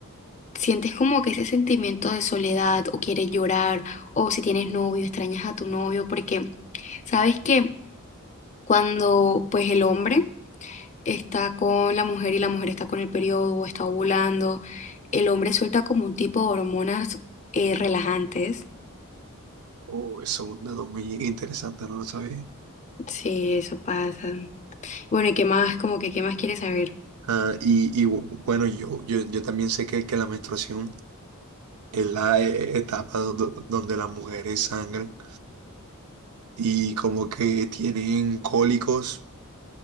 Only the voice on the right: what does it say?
Oh, eso es un dato muy interesante, no lo sabía.
Ah, y, y bu- bueno, yo, yo, yo también sé que, que la menstruación es la eh, etapa do- do- donde las mujeres sangran y como que tienen cólicos